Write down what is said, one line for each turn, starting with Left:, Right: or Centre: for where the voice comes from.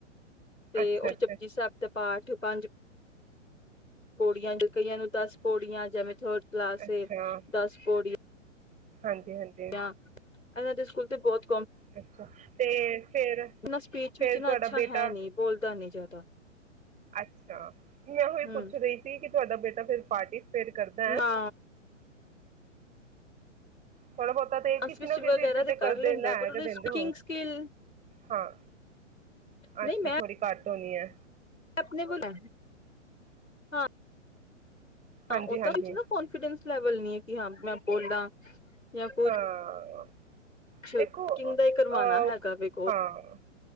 Left: ਤੇ
Right: ਅੱਛਾ
Left: ਉਹ
Right: ਅੱਛਾ
Left: ਚਪਜੀ ਸਾਹਿਬ ਦਾ ਪਾਠ ਪੰਜ ਪੌੜੀਆਂ ਜ ਕਈਆਂ ਨੂੰ ਦਸ ਪੌੜੀਆਂ ਜਿਵੇਂ ਕਲਾਸੇ
Right: ਅੱਛਾ
Left: ਦਸ ਪੋੜ
Right: ਹਾਂਜੀ ਹਾਂਜੀ
Left: ਇਹਨਾਂ ਦੇ ਸਕੂਲ ਤੇ ਬਹੁਤ
Right: ਅੱਛਾ ਅਤੇ ਫਿਰ
Left: ਸਪੀਚ
Right: ਫਿਰ
Left: ਵਿਚ
Right: ਤੁਹਾਡਾ
Left: ਨਾ ਅੱਾ
Right: ਬੇਟਾ
Left: ਹੈ ਨੀ ਬੋਲਦਾ ਨੀਦਾ ਤਾਂ
Right: ਅੱਛਾ ਮੈਂ ਉਹੀ
Left: ਹੂੰ
Right: ਪੁੱਛ ਰਹੀ ਸੀ ਤੁਹਾਡਾ ਬੇਟਾ ਫਿਰ ਪਾਰਟੀ ਪੇਟ ਕਰਦਾ ਹੈ
Left: ਨਾ
Right: ਥੋੜਾ ਬਹੁਤਾ ਤੇ ਕਿਸੇ
Left: ਸਪੀਚ
Right: ਨਾ ਕਿਸੇ
Left: ਵਗੈਰਾ
Right: ਚ ਚ ਤੇ
Left: ਕਰ
Right: ਕਰਦੇ
Left: ਲੈਂਦਾ
Right: ਲੈ
Left: ਪਰ
Right: ਕੇ
Left: ਉਹਦੀ
Right: ਦਿੰਦੇ
Left: ਸਪੀਕਿੰਗ
Right: ਹੋ
Left: ਸਕਿੱਲ
Right: ਹਾਂ
Left: ਨਹੀਂ
Right: ਅੱਛਾ
Left: ਮੈਂ
Right: ਥੋੜੀ ਘੱਟ ਸੋਨੀਆ
Left: ਆਪਣੇ ਬੋਲਾ ਹਾਂ ਹਾਂ
Right: ਹਾਂਜੀ
Left: ਉਹ
Right: ਹਾਂਜੀ
Left: ਤਾਂ ਵਿੱਚ ਨਾ ਕਨਫੀਡੈਂਸ ਲੈਵਲ ਨ ਹੈ ਕਿ ਹਾਂ ਮੈਂ ਬੋਲਾਂ ਜਾਂ ਕੁਛ
Right: ਹਾਂ
Left: ਸਪੀਕਿੰਗ
Right: ਦੇਖੋ
Left: ਦਾ ਹੀ ਕਰਵਾਣਾ
Right: ਅ
Left: ਹੈਗਾ ਵੀ
Right: ਹਾਂ